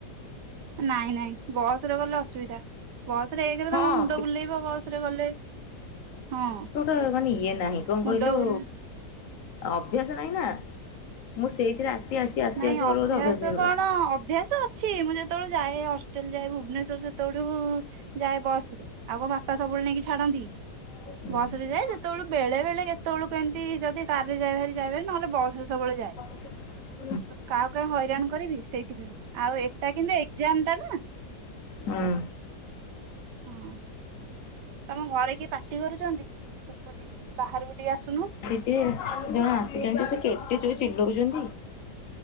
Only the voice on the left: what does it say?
ହଁ
ତୋର ମାନେ ଇଏ ନାହିଁ କଣ
କହିଲୁ?
ଅଭ୍ୟାସ ନାହିଁ ନା ମୁଁ ସେଇଥିରେ ଆସି ଆସି ଆସି
ଆସି ମୋର
ବୋଧେ ହେଇଗଲା
ହୁଁ
<inaudible>
ହୁଁ।
ସେ ଜଣେ ଆସିଚନ୍ତି ସେ କେତେ ଜୋରେ ଚିଲୋଉଚନ୍ତି